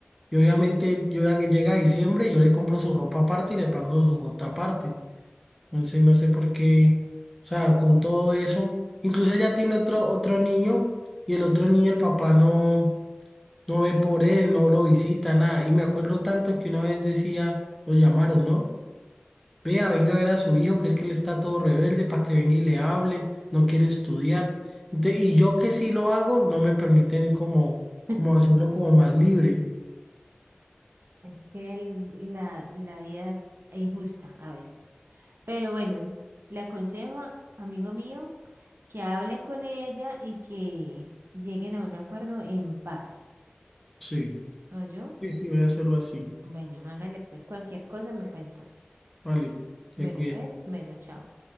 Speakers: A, in the centre; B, on the right (about 70°).
A: Y obviamente yo ya que llega diciembre, yo le compro su ropa aparte y le pago su gota aparte. Entonces no sé por qué, o sea, con todo eso, incluso ella tiene otro, otro niño y el otro niño el papá no, no ve por él, no lo visita, nada. Y me acuerdo tanto que una vez decía, lo llamaron, ¿no? Vea, venga a ver a su hijo, que es que él está todo rebelde para que venga y le hable, no quiere estudiar. Ente- y yo que sí lo hago, no me permiten como,
B: <laughs>
A: como hacerlo como más libre.
B: Es que el- la, la vida es injusta a veces. Pero bueno, le aconsejo, amigo mío, que hable con ella y que lleguen a un acuerdo en paz.
A: Sí,
B: ¿No yo?
A: sí, sí, voy a hacerlo así.
B: Bueno, hágale pues cualquier cosa me cuenta.
A: Vale, te
B: Bueno,
A: cuidas.
B: pues, bueno, chao.